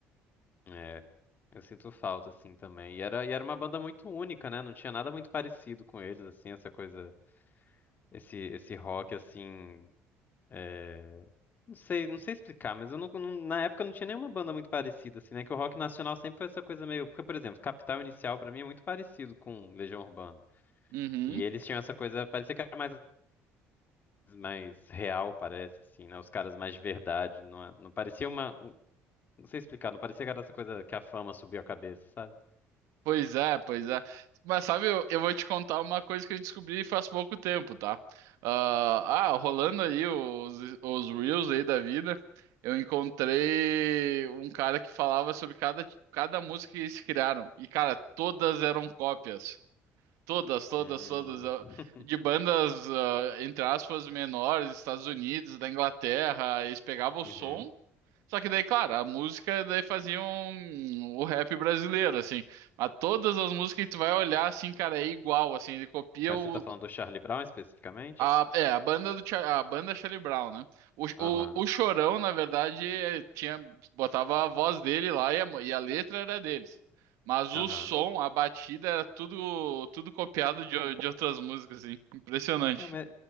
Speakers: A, on the left; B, on the right.
A: É, eu sinto falta, assim, também. E era, e era uma banda muito única, né? Não tinha nada muito parecido com eles, assim, essa coisa, esse, esse rock, assim. é, Não sei, não sei explicar, mas eu não, não- na época não tinha nenhuma banda muito parecida, assim, né? Que o rock nacional sempre foi essa coisa meio. Porque, por exemplo, Capital Inicial pra mim é muito parecido com Legião Urbana.
B: Uhum.
A: E eles tinham essa coisa, parecia que era mais, mais real, parece, assim, né? Os caras mais de verdade. Não, é- não parecia uma. um- Não sei explicar, não parecia que era essa coisa que a fama subiu a cabeça, sabe?
B: Pois é, pois é. Mas sabe, eu, eu vou te contar uma coisa que eu descobri faz pouco tempo, tá? ah, ah, rolando aí os, os Reels aí da vida, eu encontrei um cara que falava sobre cada, cada música que eles criaram. E, cara, todas eram cópias. Todas, todas,
A: Hum.
B: todas. ah,
A: <laughs>
B: De bandas, ah, entre aspas, menores, Estados Unidos, da Inglaterra. Eles pegavam o som.
A: Uhum.
B: Só que daí, claro, a música daí fazia um- o rap brasileiro, assim. Mas todas as músicas que tu vai olhar, assim, cara, é igual, assim. Ele copia
A: Mas
B: o,
A: você tá falando do Charlie Brown especificamente?
B: a, é, a banda do, Cha- a banda Charlie Brown, né? O,
A: Aham,
B: o, o Chorão, na verdade, é, tinha, botava a voz dele lá e a, mu- e a letra era deles. Mas o
A: aham.
B: som, a batida, era tudo, tudo copiado de, o- de outras músicas, assim. Impressionante.
A: É, mas,